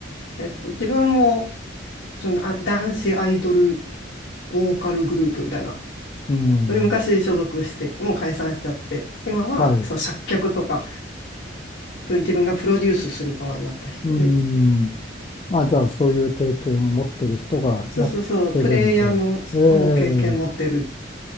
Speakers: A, on the left (about 80°); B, on the left (about 30°).
A: えっと、自分も、その、あ、男子アイドルボーカルグループみたいな、
B: ーん、
A: で昔所属してて、もう解散しちゃって、今は、
B: はい、う
A: そう、作曲とか、プ自分がプロデュースする側になった人で、
B: ーん。まあ、じゃあ、そういう経験を持ってる人がやってるんで、
A: そうそうそう、プレイヤーの、
B: ええ、
A: そう、経験を持ってる
B: う